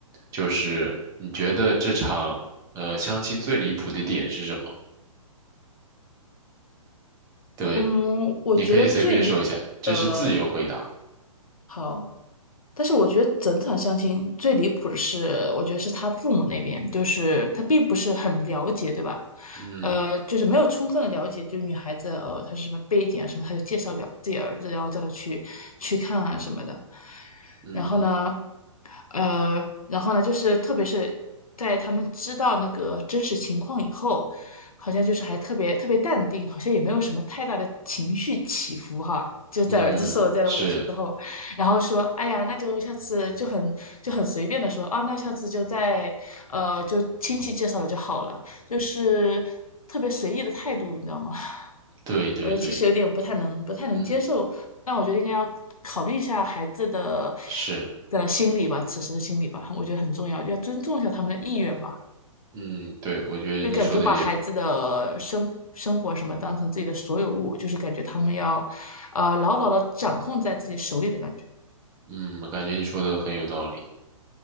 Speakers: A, on the right; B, on the left.
A: 就是你觉得这场呃相亲最离谱的点是什么？对，
B: 嗯，我觉得最离谱的，
A: 你可以随便说一下，这是自由回答。
B: 好，但是我觉得整场相亲最离谱的是，我觉得是他父母那边，就是他并不是很了解，对吧？
A: 嗯
B: 呃，就是没有充分的了解，就是女孩子呃她是什么背景啊什么，他就介绍给自己儿子，然后叫他去去看啊什么的。
A: 嗯
B: 然后呢，呃，然后呢，就是特别是在他们知道那个真实情况以后，好像就是还特别特别淡定，好像也没有什么太大的情绪起伏哈。就在儿子受了这样的委屈之后，
A: 嗯，是，
B: 然后说，哎呀，那就下次就很就很随便的说，啊，那下次就在呃就亲戚介绍了就好了，就是特别随意的态度，你知道吗？<laughs>
A: 对对对，
B: 我觉得其实有点不太能不太能接受，
A: 嗯
B: 但我觉得应该要考虑一下孩子的
A: 是，
B: 的心理吧，此时的心理吧，我觉得很重要，要尊重一下他们的意愿吧。
A: 嗯对，我觉得你说的也，
B: 就感觉把孩子的生生活什么当成自己的所有物，就是感觉他们要，呃，牢牢的掌控在自己手里的感觉。
A: 嗯，感觉你说的很有道理。